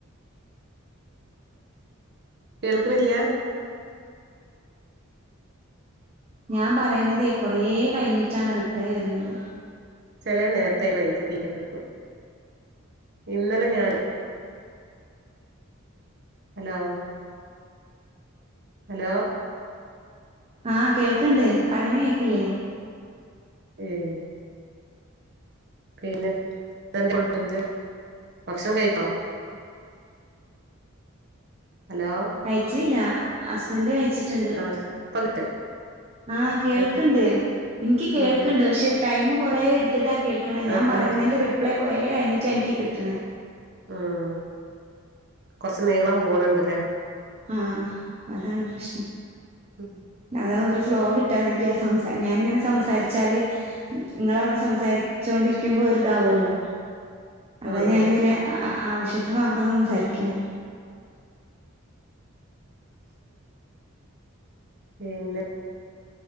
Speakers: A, on the right; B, on the right.
A: കേൾക്ക്ണില്യ
B: ഞാൻ പറയിണതേ കൊറേ കഴിഞ്ഞിട്ടാണ് റിപ്ലൈ വരുന്നത്
A: ചെലേ നേരത്തെ മയ്ഞ് തീരെ കിട്ടു <unintelligible> ഇന്നലെ ഞാൻ ഹലോ ഹലോ
B: ആ കേൾക്കണ്ട് പറയണേ കേക്കില്ലേ
A: ഏഹ് പിന്നെ എന്തെ കൊട്ത് ഭക്ഷണം കഴിക്കോ ഹലോ
B: കഴിച്ചില്ല ഹസ്ബൻഡ് കഴിച്ചിട്ടുണ്ട്
A: ആ ഇപ്പ കിട്ടും
B: ആ കേൾക്കണ്ട്
A: ഉം
B: എനിക്ക് കേൾക്കണ്ട്
A: ഉം
B: പക്ഷെ ടൈംമ് കുറേ എടുത്തിട്ട കേൾക്കണെ
A: ആ
B: ഞാൻ പറയുന്നേൻ്റെ
A: ആ
B: റിപ്ലൈ കുറേ കഴിഞ്ഞിറ്റാ എനിക്ക് കിട്ടണേ
A: ഉം കൊറച്ച് നീളം പോണണ്ട്ല്ലേ
B: ആഹ് അഹ് അതാണ് പ്രശ്നം
A: ഉം
B: അത ഒരു ഫ്ലോഗ് കിട്ടാനില്ല സംസാ ഞാനിങ്ങനെ സംസാരിച്ചാല് നിങ്ങവിടെ സംസാരിച്ചോണ്ടിരിക്കുമ്പോ ഒരിതാവല്ലോ അതാ
A: ആ
B: ഞാനിങ്ങനെ
A: ആ
B: ആ ആവശ്യത്തിന് മാത്രം സംസാരിക്കണേ
A: പിന്നെ